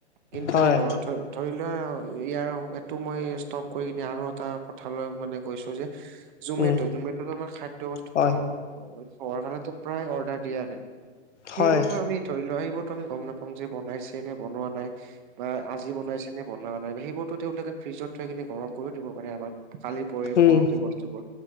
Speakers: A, on the right; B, on the left.
A: কিন্তু
B: হয়
A: অ ধৰি লোৱা ইয়াৰ এইটো মই ষ্টপ কৰি কিনে আৰু এটা কথা লৈ মানে গৈছো যে, জমেট
B: উম
A: জমেটো আমাৰ খাদ্যয় বস্তুতটো
B: হয়
A: চহৰ ফালে প্ৰায় অৰ্ডাৰ দিয়া যাই,
B: হয়
A: সেইবোৰতো আমি ধৰি লোৱা সেইবোৰতো আমি গম নাপাওঁ যে বনাইছে নে বনোৱা নাই। বা আজি বনাইছে নে বনা নাই সেইবোৰতো তেওঁলোকে ফ্ৰিজত থৈ কিনে গৰম কৰিও দিব পাৰে আমাক। খালি পৰি
B: উম
A: পৰহি বস্তুবোৰ